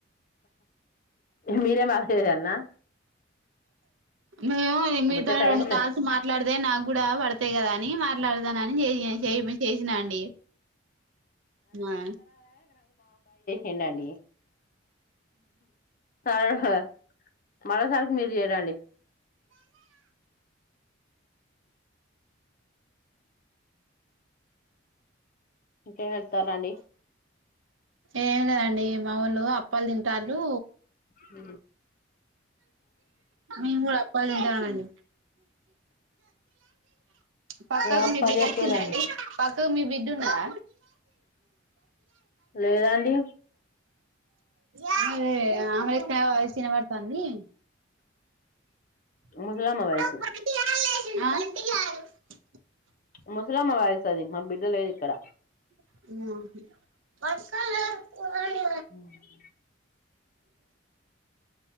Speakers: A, on the left; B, on the right.
A: మీరే మాషసాలన్నా
B: ఏ మేము మీతో
A: వచ్చే టైం
B: రెండు
A: ఉన్నది
B: కాల్స్ మాట్లాడ్తే నాక్గుడా పడ్తయి కదా అ నీ మాట్లాడ్ సానని చేయి చే చేసినా అండి ఆ
A: ఏంటండి. ఆ హ మరోసారిక్ మీరు చేయరండి ఇంకేం ఎత్తాలండి
B: ఏం లేదండి మా వోళ్ళు అప్పాల్ తింటాంరు
A: హ
B: మేం గుడ అప్పాల్ తింటాన్నమండి. పక్కకు
A: అప్పలు
B: మీ బిడ్డ
A: చెత్తరండి
B: అచ్చిందా అండి. పక్కకు మీ బిడ్ డ్డున్నదా
A: లేదండి.
B: మరే ఆమె లెక్కనే వాయిస్ ఇనబ తాంది. ఆ
A: ముసలమ్మ వయసు ముస్లమ్మ వాయిస్ అది మా బిడ్డలేద్ ఇక్కడ
B: <unintelligible>
A: మ్ హ్